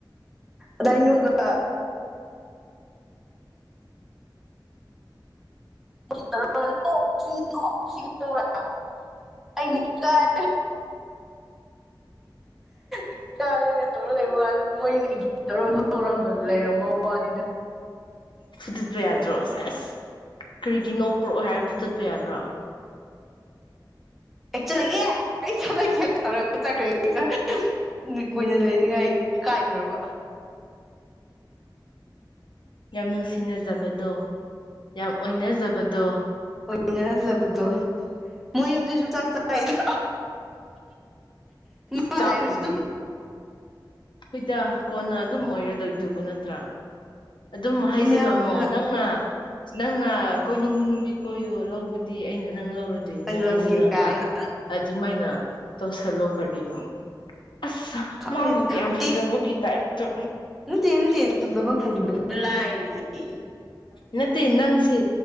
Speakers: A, in the centre; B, on the left.
A: ꯑꯗꯥꯏꯩꯅꯒ <unintelligible> ꯔꯕ ꯑꯩꯅ ꯏꯀꯥꯏ ꯏ ꯍꯥꯏꯒ ꯇꯧꯔ ꯂꯩ ꯂꯩꯕ ꯃꯣꯏꯧ ꯇꯧꯔꯥꯟꯕ ꯂꯩꯔꯝꯃꯣ ꯋꯥꯅꯤꯗ
B: ꯐꯨꯠꯇꯠꯄ ꯌꯥꯗ꯭ꯔꯣꯁꯖ ꯑꯁ ꯀꯔꯤꯒꯤꯅꯣ ꯄꯨꯔꯛꯑꯣ ꯍꯥꯏꯔ ꯐꯨꯠꯇꯠꯄ ꯌꯥꯗ꯭ꯔꯣ
A: ꯑꯩ ꯆꯠꯂꯒꯦ ꯑꯩ ꯆꯠꯂꯒꯦ ꯇꯧꯔꯒ ꯆꯠꯈ꯭ꯔꯦ ꯀꯨꯏꯅ
B: ꯎꯝ
A: ꯂꯩꯅꯤꯡꯉꯥꯏ ꯀꯥꯏꯈ꯭ꯔꯕ
B: ꯌꯥꯝ ꯅꯨꯡꯁꯤꯅꯖꯕꯗꯣ ꯌꯥꯝ ꯑꯣꯏꯅꯖꯕꯗꯣ
A: ꯏꯖꯕꯗꯣ ꯃꯣꯏ ꯌꯨꯝꯗꯁꯨ ꯆꯥꯛ ꯆꯉꯏꯅ ꯃꯥ
B: ꯆꯥꯛꯄꯨꯗꯤ
A: ꯂꯩꯁꯨ
B: ꯍꯣꯏꯗ ꯀꯣꯟꯅ ꯑꯗꯨꯝ ꯑꯣꯏꯔꯗꯣꯏꯗꯨꯕꯨ ꯅꯠꯇ꯭ꯔꯥ ꯑꯗꯨꯝ ꯍꯥꯏꯖꯤꯜꯂꯝꯃꯣ
A: ꯃꯌꯥꯝ ꯑꯣꯏꯅ
B: ꯅꯪꯅ ꯅꯪꯅ ꯀꯣꯏꯅꯤꯡꯉ ꯅꯨꯄꯤ ꯀꯣꯏꯌꯣ ꯂꯧꯕꯗꯤ ꯑꯩꯅ ꯅꯪ ꯂꯧꯔ ꯑꯗꯨꯏꯅꯦ
A: ꯂꯧꯒꯦ
B: ꯍꯥꯏꯖꯤꯜꯂꯒ
A: ꯀꯥꯏꯅ
B: ꯑꯗꯨꯃꯥꯏꯅ ꯇꯧꯁꯜꯂꯣ ꯀꯔꯤꯅꯣ ꯑꯁ
A: ꯪ
B: ꯃꯥꯕꯨ
A: ꯅꯠꯇꯦ
B: ꯀꯌꯥꯝ ꯐꯖꯕꯒꯤ ꯇꯥꯏꯞꯇ
A: ꯅꯗꯤꯦ ꯐꯖꯕ ꯐꯪꯗꯕ ꯑꯩ
B: ꯅꯠꯇꯦ ꯅꯪꯁꯦ